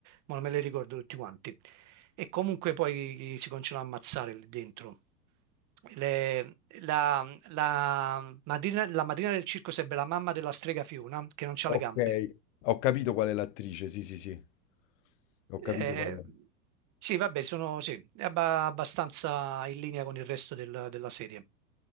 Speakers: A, on the right (about 35°); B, on the left (about 50°).
A: ma non me li ricordo tutti quanti. E comunque poi chi- chi si continuano a ammazzare lì dentro le- la, la madrina, la madrina del circo sarebbe la mamma della strega Fiona, che non ha
B: Okay,
A: le gambe.
B: ho capito qual è l'attrice, sì, sì, sì. Ho
A: Eh,
B: capito qual è.
A: sì, vabbè, sono sì, è abba- abbastanza in linea con il resto del- della serie.